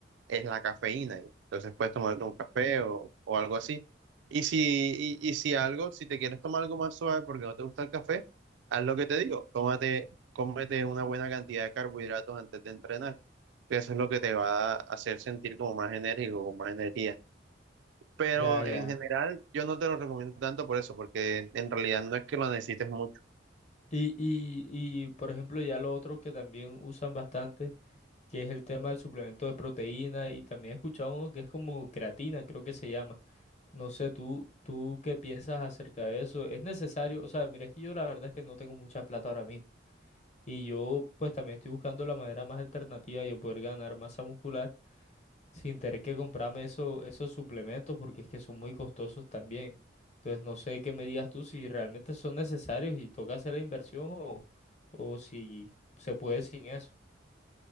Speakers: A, on the right; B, on the left.
A: es la cafeína. Entonces puedes tomarte un café o, o algo así. Y si, y, y si algo, si te quieres tomar algo más suave porque no te gusta el café, haz lo que te digo, tómate, cómete una buena cantidad de carbohidratos antes de entrenar, que eso es lo que te va a hacer sentir como más enérgico, con más energía. Pero
B: Ya, ya.
A: en general, yo no te lo recomiendo tanto por eso, porque en realidad no es que lo necesites mucho.
B: Y, y, y, por ejemplo, ya lo otro que también usan bastante, que es el tema del suplemento de proteína, y también he escuchado uno que es como creatina, creo que se llama. No sé, tú, tú qué piensas acerca de eso. ¿Es necesario? O sea, mira, es que yo la verdad es que no tengo mucha plata ahora mismo. Y yo, pues también estoy buscando la manera más alternativa de yo poder ganar masa muscular sin tener que comprarme eso- esos suplementos porque es que son muy costosos también. Entonces no sé qué me digas tú si realmente son necesarios y toca hacer la inversión o, o si se puede sin eso.